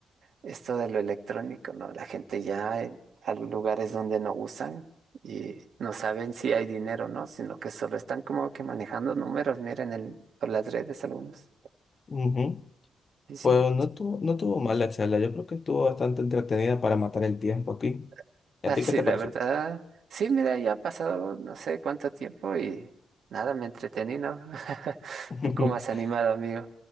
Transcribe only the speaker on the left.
Ujú.
Pues no tuvo, no tuvo mal la charla. Yo creo que estuvo bastante entretenida para matar el tiempo aquí.
¿Y
a ti
qué te
pareció?
<laughs>